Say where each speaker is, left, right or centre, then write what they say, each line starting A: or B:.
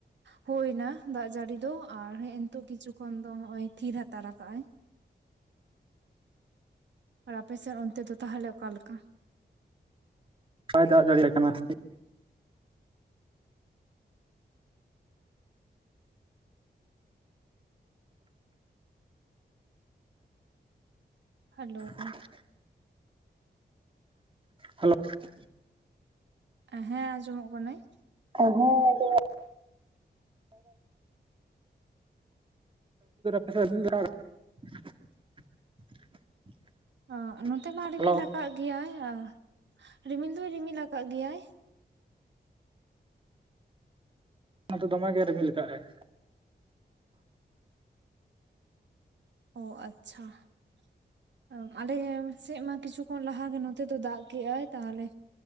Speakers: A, on the right; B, on the right.
A: ᱦᱩᱭ ᱮᱱᱟ ᱫᱟᱜ ᱡᱟᱹᱲᱤ ᱫᱚ ᱟᱨ ᱦᱮᱸ ᱱᱤᱛᱳᱜ ᱠᱤᱪᱷᱩ ᱠᱷᱚᱱ ᱫᱚ ᱦᱚᱸᱜ-ᱚᱭ ᱛᱷᱤᱨ ᱦᱟᱛᱟᱲ ᱠᱟᱜ-ᱟᱭ ᱾ ᱟᱨ ᱟᱯᱮᱥᱮᱫ ᱚᱱᱛᱮ ᱫᱚ ᱛᱟᱦᱚᱞᱮ ᱚᱠᱟ ᱞᱮᱠᱟ?
B: ᱵᱟᱭ ᱫᱟᱜ ᱡᱟᱲᱤ <unintelligible>
A: ᱦᱮᱞᱳ
B: <inaudible>
A: ᱾
B: ᱦᱮᱞᱳ ᱾
A: ᱦᱮᱸ ᱟᱸᱡᱚᱢᱚᱜ ᱠᱟᱱᱟᱹᱧ ᱾
B: ᱦᱮᱸ ᱟᱸᱡᱚᱢ <unintelligible>
A: ᱚ ᱱᱚᱛᱮ ᱢᱟ ᱨᱤᱢᱤᱞ
B: ᱦᱮᱞᱳ
A: ᱟᱠᱟᱫ ᱜᱮᱭᱟᱭ ᱟᱨ ᱨᱤᱢᱤᱞ ᱫᱚᱭ ᱨᱤᱢᱤᱞ ᱟᱠᱟᱫ ᱜᱮᱭᱟᱭ᱾
B: ᱱᱚᱛᱮ ᱫᱚᱢᱮ ᱜᱮ ᱨᱤᱢᱤᱞ ᱠᱟᱜᱟᱭ ᱾
A: ᱚ ᱟᱪᱪᱷᱟ, <inaudible> ᱟᱞᱮ ᱥᱮᱫ ᱢᱟ ᱠᱤᱪᱷᱩ ᱠᱷᱚᱱ ᱞᱟᱦᱟ ᱜᱮ ᱱᱚ ᱛᱮ ᱫᱚ ᱫᱟᱜ ᱠᱮᱫ-ᱟᱭ ᱛᱟᱦᱚᱞᱮ